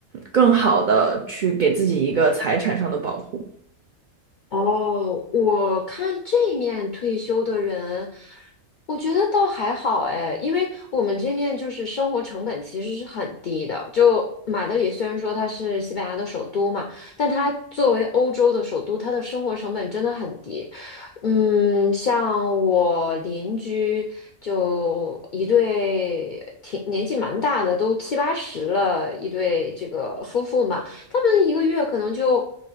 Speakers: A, on the right (about 80°); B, on the left (about 75°).
A: 更好的去给自己一个财产上的保护。
B: 哦，我看这面退休的人，我觉得倒还好哎，因为我们这面就是生活成本其实是很低的。就马德里虽然说它是西班牙的首都嘛，但它作为欧洲的首都，它的生活成本真的很低。嗯，像我邻居就一对挺年纪蛮大的，都七八十了，一对这个夫妇嘛。他们一个月可能就